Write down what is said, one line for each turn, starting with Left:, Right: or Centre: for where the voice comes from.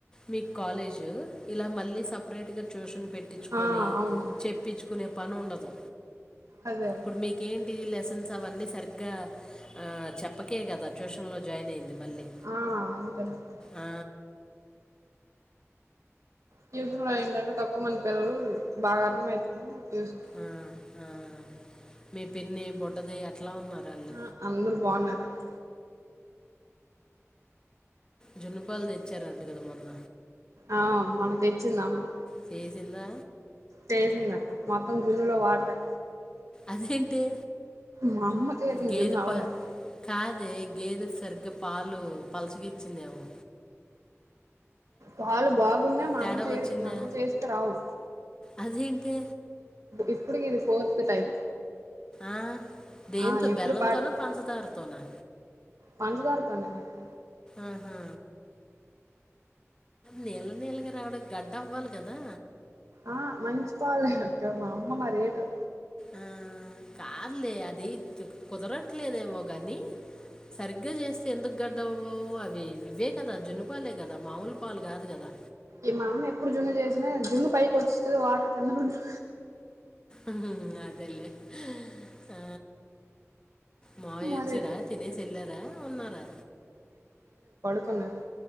Left: మీకు కాలేజు ఇలా మళ్ళీ సపరేటుగ ట్యూషన్ పెట్టిచ్చు
Right: ఆ
Left: కొని
Right: అవునవును
Left: చెప్పిచ్చుకొనే పని ఉండదు
Right: అదే అదే
Left: పుడు మీకేం ఈ లెసన్స్ అవన్నీ సరిగ్గా ఆ చెప్పకే గదా ట్యూషన్ లో జాయిన్ అయింది మళ్ళీ
Right: ఆ అంతేనక్క
Left: ఆ
Right: ట్యూషన్ లో ఏంటంటే తక్కువ మంది పిల్లలు బాగా అర్థమయుతుంది అని ఏసేన్
Left: ఆ! ఆ మీ పిన్ని బుడ్డది ఎట్లా ఉన్నారు ఆళ్లు
Right: అ అందరు బొన్నార్ అక్క
Left: జున్నుపాల్ దెచ్చారంట గదా మొన్న
Right: ఆ మొన్న తెచ్చిందమ్మ
Left: చేసిందా
Right: చేసిందక్క మొత్తం జున్నులో వాటరే
Left: అదేంటి?
Right: మా అమ్మ చేతిలో
Left: గేదె
Right: జున్ను అవ్వదక్క
Left: పా కాదే గేదె సరిగ్గా పాలు పల్చగ ఇచ్చిందేమో
Right: పాలు బాగున్నా మా
Left: తేడా
Right: అమ్మ చే
Left: వచ్చిందా
Right: మా అమ్మ చేస్తే రావు
Left: అదేంటి
Right: ఇప్పుడు ఇది ఫోర్త్ టైం
Left: ఆ దేంతొ
Right: ఆ ఎప్పుడు
Left: బెల్లంతోన పంచదారతోనా
Right: పంచదార తోనేనక్క
Left: ఆహా నీళ్ల నీళ్లగ రావడం గడ్డ అవ్వాలి గదా
Right: ఆ మంచి పాలే హక్క మా అమ్మ మరి ఏటో
Left: ఆ, కాదులే అది తుక్ కుదరట్లేదేమో గనీ సరిగ్గా జేస్తే ఎందుకు గడ్డ అవ్వవు అవ్వి ఇవ్వే గదా జున్నపాలే గదా మావుల్ పాలు గాదు గదా
Right: ఇ మా అమ్మ ఎప్పుడు జున్ను జేసినా జున్ను పైకి వచ్చుతుది వాటర్ కిందన ఉండి
Left: ఊ హు హు అదేలేే హ ఆ మాయా
Right: మారేది
Left: వచ్చాడా తినేసి వెళ్ళార ఉన్నారా
Right: ఉన్నారు